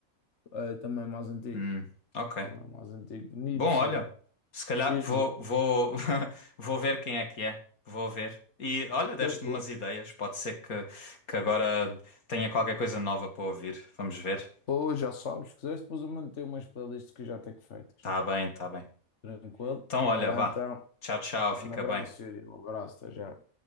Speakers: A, on the left; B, on the left.
A: é também é mais antigo.
B: Hum, ok.
A: Também é mais antigo. Nipsey.
B: Bom, olha, se calhar
A: Pesquisa.
B: vou, vou, <laughs> vou ver quem é que é. Vou ver. E olha, deste-me
A: Tranquilo.
B: umas ideias. Pode ser que, que agora tenha qualquer coisa nova para ouvir. Vamos ver.
A: Ou já sabes, se quiseres, depois eu manter umas playlists que eu já tenho feitas.
B: Tá bem, tá bem.
A: Tranquilo?
B: Então,
A: Bora
B: olha, vá.
A: então.
B: Tchau, tchau.
A: Um
B: Fica
A: grande abraço,
B: bem.
A: Yuri. Um abraço, até já.